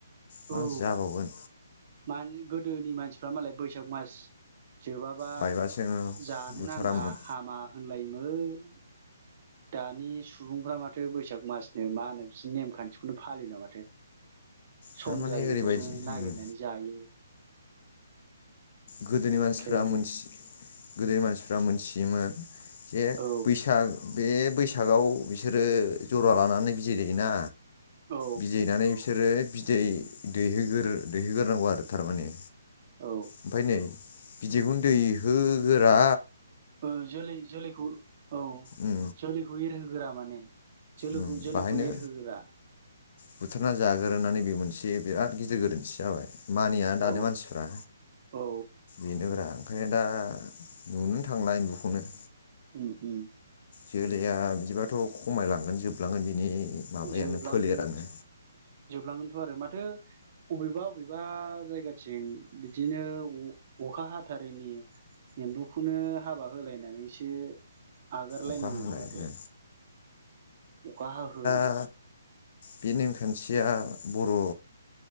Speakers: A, on the left; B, on the right.
A: मा
B: औ
A: जाबावगोन
B: <unintelligible> गोदोनि मानसिफ्रा मालाय बैसाग मास जोबाबा
A: बायबासो
B: जानो
A: बुथारामोन
B: नाङा हामा होनलायोमोन दानि सुबुंफ्रा माथो बैसाग मासनो मा होनो बिनि नेमखान्थिखौनो फालिला माथो। सम
A: थारमाने
B: जायियावनो
A: ओरैबायदि
B: नागिरनानै
A: उम
B: जायो।
A: गोदोनि
B: एखेबारे
A: मानसिफ्रा मोनसे गोदो मानसि फ्रा मोनथियोमोन जे
B: औ
A: बैसाग बे बैसागआव बिसोरो जरा लानानै बिदै दैयोना
B: औ
A: बिदै दैनानै बिसोरो बिदै दैहोगोर दैहोगोरनांगौ आरो थारमाने।
B: औ
A: ओमफ्राय नै बिदैखौनो दैहो गोरा
B: औ जोलै जोलैखौ औ
A: उम
B: जोलैखौ एरहोगोरा माने जोलोखौ
A: उम
B: जोलैखौ
A: बाहायनो
B: एरहोगोरा
A: बुथारना जाग्रोनानै बे मोनसे बिराद गिदिर गोरोन्थि जाबाय। मानिया दानि
B: औ
A: मानसिफ्रा
B: औ
A: बेनोब्रा। ओंखायनो दा नुनोनो थांला एम्बुखौनो।
B: उम उम।
A: जोलैया बिदिबाथ'खमायलांगोन जोबलांगोन बिनि माबायानो
B: जोबलांगोन
A: फोलेरानो
B: जोबलांगोनथ' आरो मा थो अबेबा अबेबा जायगाथिं बिदिनो अ अखा हाथारैनि एम्बुखौनो हाबा होलायनानै सो आगारलायनांगौनो
A: अखा हानायानो
B: माथो अखा हाहोनाय
A: दा बे नेमखान्थिया बर'